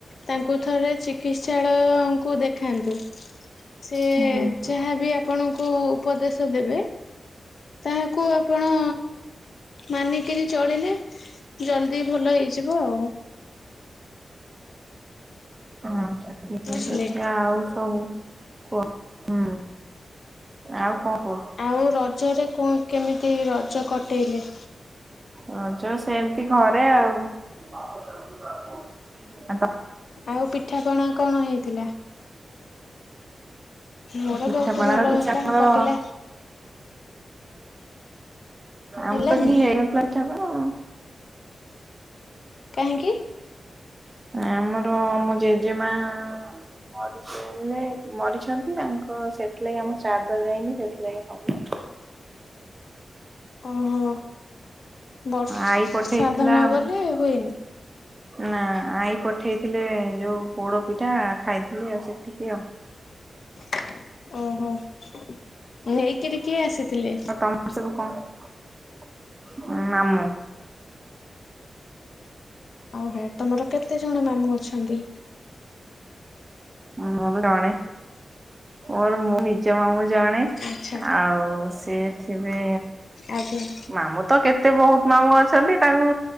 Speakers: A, on the left (about 55°); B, on the right (about 20°).
A: ତାଙ୍କୁ ଥରେ ଚିକିତ୍ସାଳୟ କୁ ଦେଖାନ୍ତୁ ସେ
B: ହୁଁ
A: ଯାହାବି ଆପଣଙ୍କୁ ଉପଦେଶ ଦେବେ ତାହାକୁ ଆପଣ ମାନିକିରି ଚଳିଲେ ଜଲଦି ଭଲ ହେଇଯିବ ଆଉ
B: ଆଚ୍ଛା ଠିକ୍
A: ବୁଝିଲେ।
B: ଅଛି ଆଉ ସବୁ। କୁହ ହୁଁ ଆଉ କଣ କୁହ।
A: ଆଉ ରଜରେ କଣ କେମିତି ରଜ କଟେଇଲେ।
B: ରଜ ସେମିତି ଘରେ ଆଉ, ପ <unintelligible> <inaudible> <inaudible>
A: ଆଉ ପିଠାପଣା କଣ ହେଇଥିଲା। ମୋର
B: ପିଠାପଣା
A: ବହୁତ ଭଲ
B: କିଛି
A: ହେଲା
B: ଆମର
A: କଟିଲା ହେଲାନି
B: ଆମ ତ କିଛି ହେଇନଥିଲା ପିଠା ପଣା
A: କାହିଁକି?
B: ଆମର ଆମ ଜେଜେମା ମରିଥିଲେ, ମରିଯାଇଛନ୍ତି ତାଙ୍କ ସେଥିଲାଗି ଆମ ଶ୍ରାଦ୍ଧ ଯାଇନି ସେଥିଲାଗି ହବନି।
A: ଓହୋ ବର୍ଷ
B: ଆଈ ପଠେଇଥିଲା
A: ଶ୍ରାଦ୍ଧ ନଗଲେ ହୁଏନି।
B: ନା ଆଈ ପଠେଇଥିଲେ ଯୋଉ ପୋଡ ପିଠା ଖାଇଥିଲି ଆଉ ସେତିକି ଆଉ।
A: ହ <unintelligible> ଓହୋ ନେଇକିରି କିଏ ଆସିଥିଲେ।
B: ତମର ସବୁ କଣ ମାମୁଁ
A: ଓହୋ ତମର କେତେ ଜଣ ମାମୁଁ ଅଛନ୍ତି?
B: ଆମର ଜଣେ ଆଉ ମୁଁ ନିଜ ନିଜ ମାମୁଁ ଜଣେ
A: ଆଚ୍ଛା
B: ଆଉ ସେ ଥିବେ
A: ଆଜ୍ଞା।
B: ମାମୁଁ ତ କେତେ ବହୁତ ମାମୁଁ ଅଛନ୍ତି ତାଙ୍କୁ